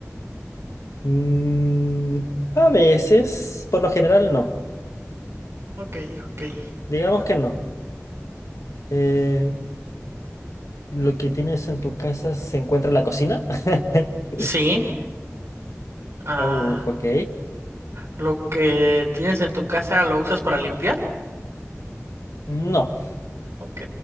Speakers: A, on the left (about 85°); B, on the right (about 60°).
A: Mm, a veces, por lo general no.
B: Ok, ok.
A: Digamos que no. Eh, lo que tienes en tu casa se encuentra en la cocina. <laughs>
B: Sí. Ah,
A: Uf, ok.
B: lo que tienes en tu casa lo usas para limpiar.
A: No,
B: Ok,